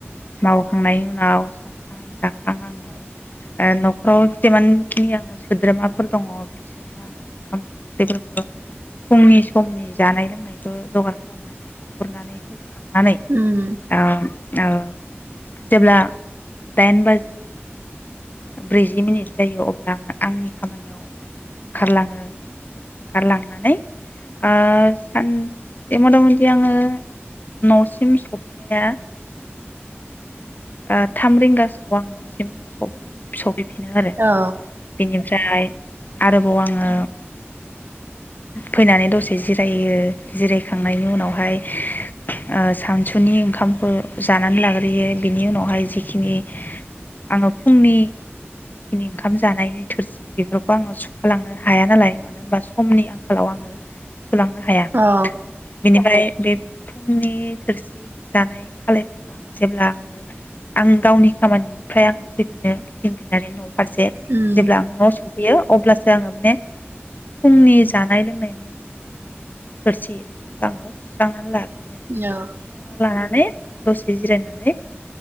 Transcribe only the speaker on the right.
उम
औ
औ
उम
औ